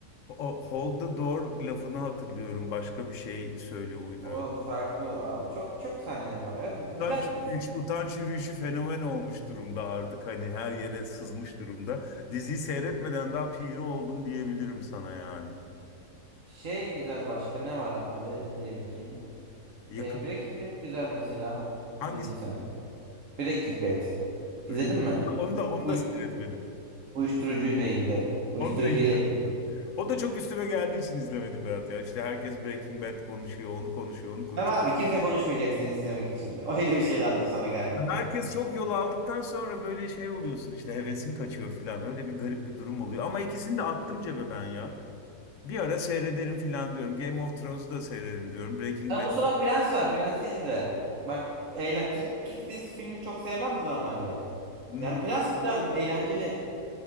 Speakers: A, on the left; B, on the right.
A: o, o hold the door lafını hatırlıyorum. Başka bir şey söylüyor, uyduruyor.
B: O farklı aa, çok çok sahneleri var ya. Güzel
A: Utanç
B: bir dizi.
A: yürüyüşü, utanç yürüyüşü fenomen olmuş durumda artık hani her yere sızmış durumda. Diziyi seyretmeden daha piri oldum diyebilirim sana yani.
B: Şey güzel başka ne var abi izleyebileceğin?
A: Yakın
B: Ee, Breaking Bad güzel mesela.
A: hangisi?
B: İzlediysen. Breaking Bad. İzledin
A: Break-
B: mi?
A: Onu da onu
B: Uyuş
A: da seyretmedim.
B: uyuşturucuyla ilgili. Uyuşturucuyla
A: Onu da izlemedim.
B: ilgili.
A: O da çok üstüme geldiği için izlemedim Berat ya. İşte herkes Breaking Bad konuşuyor, onu konuşuyor, onu konuşuyor.
B: Sana
A: Çok-
B: abi kimse konuşmayacak seni izlemek için. Öyle bir şey lazım sana galiba.
A: herkes çok yol aldıktan sonra böyle şey oluyorsun işte hevesin kaçıyor filan. Öyle bir garip bir durum oluyor. Ama ikisini de attım cebe ben ya. Bir ara seyrederim filan diyorum. Game of Thrones'u da seyrederim diyorum. Breaking
B: Ha,
A: Bad'i
B: bu sıra Prens var. Prens'i izle. Bak eğlen Türk Türk dizisi filmi çok sevmem de normalde.
A: Hmm,
B: Yani Prens güzel, eğlenceli.